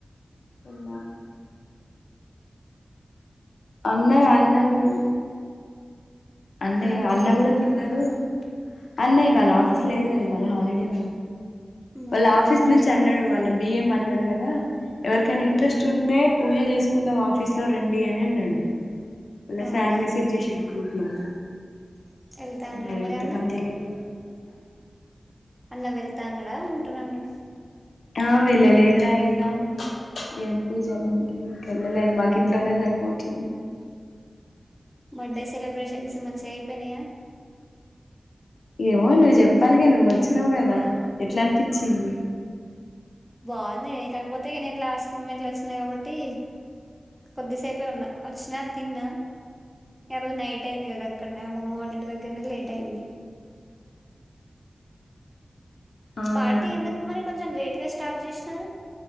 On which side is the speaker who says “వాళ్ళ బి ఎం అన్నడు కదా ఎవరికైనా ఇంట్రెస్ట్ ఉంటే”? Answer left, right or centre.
Left